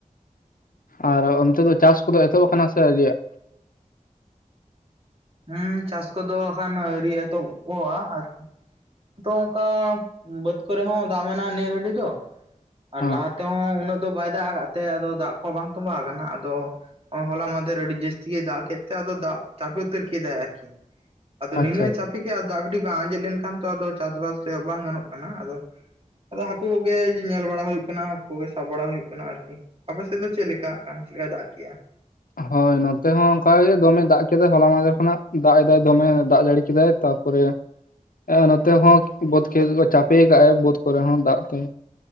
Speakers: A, on the left; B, on the right.
A: ᱟᱨ ᱚᱱᱛᱮ ᱫᱚ ᱪᱟᱥ ᱠᱚᱫᱚ ᱮᱛᱚᱦᱚᱵ ᱟᱠᱟᱱᱟ ᱥᱮ ᱟᱹᱣᱨᱤᱭᱼᱟ?
B: ᱦᱚᱸ, ᱪᱟᱥ ᱠᱚᱫᱚ ᱦᱟᱸᱱ ᱟᱹᱣᱨᱤ ᱮᱛᱚᱦᱚᱵᱚᱜ-ᱟ ᱟᱨᱠᱤ ᱾ ᱛᱚ ᱚᱱᱠᱟ ᱵᱟᱹᱫᱽ ᱠᱚᱨᱮ ᱦᱚᱸ ᱫᱟᱜ ᱢᱮᱱᱟᱜᱼᱟ ᱱᱤᱭᱟᱹ ᱜᱷᱟᱲᱤᱡ ᱫᱚ ᱟᱨ
A: ᱦᱚᱸ
B: ᱞᱟᱦᱟᱛᱮ ᱱᱚᱛᱮ ᱦᱚᱸ ᱩᱱᱟᱹᱜ ᱫᱚ ᱵᱟᱭ ᱫᱟᱜ ᱟᱠᱟᱫ ᱛᱮ, ᱟᱫᱚ ᱫᱟᱜ ᱠᱚ ᱵᱟᱝ ᱛᱚᱸᱵᱟᱣ ᱟᱠᱟᱱᱟ ᱟᱫᱚ ᱾ ᱦᱚᱞᱟ ᱢᱟᱦᱫᱮᱨ ᱟᱹᱰᱤ ᱡᱟᱹᱥᱛᱤᱭᱮ ᱜᱮ ᱫᱟᱜ ᱠᱮᱫ ᱛᱮ ᱟᱫᱚ ᱫᱟᱜ ᱡᱟᱯᱤᱫ ᱩᱛᱟᱹᱨ ᱠᱮᱫᱟᱭ ᱟᱨᱠᱤ ᱟᱫᱚ
A: ᱟᱪᱪᱷᱟ
B: ᱱᱤᱱᱟᱹ
A: ᱟᱪᱪᱷᱟ
B: ᱪᱟᱯᱤᱫ ᱮᱭᱟ, ᱫᱟᱜ ᱠᱟᱹᱴᱤᱡ ᱵᱟᱝ ᱟᱸᱡᱮᱫ ᱞᱮᱱᱠᱷᱟᱱ ᱛᱚ ᱟᱫᱚ ᱪᱟᱥᱵᱟᱥ ᱫᱚ ᱵᱟᱝ ᱜᱟᱱᱚᱜ ᱠᱟᱱᱟ ᱟᱫᱚ ᱾ ᱟᱫᱚ ᱦᱟᱹᱠᱩ ᱠᱚᱜᱮ ᱡᱮ, ᱧᱮᱞ ᱵᱟᱲᱟ ᱦᱩᱭᱩᱜ ᱠᱟᱱᱟ ᱦᱟᱹᱠᱩ ᱠᱚᱜᱮ ᱥᱟᱵ ᱵᱟᱲᱟ ᱦᱩᱭᱩᱜ ᱠᱟᱱᱟ ᱟᱨᱠᱤ ᱾ ᱟᱯᱮ ᱥᱮᱫ ᱫᱚ ᱪᱮᱫ ᱞᱮᱠᱟ ᱟᱠᱟᱱ ᱪᱮᱫ ᱞᱮᱠᱟ ᱫᱟᱜ ᱠᱮ-ᱜ ᱟᱭ?
A: ᱦᱚᱭ ᱱᱚᱛᱮ ᱦᱚᱸ ᱚᱱᱠᱟ ᱜᱮ ᱫᱚᱢᱮ ᱫᱟᱜ ᱠᱮᱫᱟᱭ, ᱦᱚᱞᱟ ᱢᱟᱦᱫᱮᱨ ᱠᱷᱚᱱᱟᱜ ᱫᱟᱜ ᱮᱫᱟᱭ ᱫᱚᱢᱮ ᱫᱟᱜ ᱡᱟᱹᱲᱤ ᱠᱮᱫᱟᱭ ᱛᱟ ᱠᱚᱨᱮ ᱮᱸ, ᱱᱚᱛᱮ ᱦᱚᱸ ᱵᱟᱹᱫᱽ ᱠᱷᱮᱛ ᱠᱚ ᱪᱟᱯᱮᱭᱟ ᱠᱟᱜ ᱟᱭ ᱵᱟᱹᱫᱽ ᱠᱚᱨᱮ ᱦᱚᱸ ᱫᱟᱜ ᱛᱮ ᱾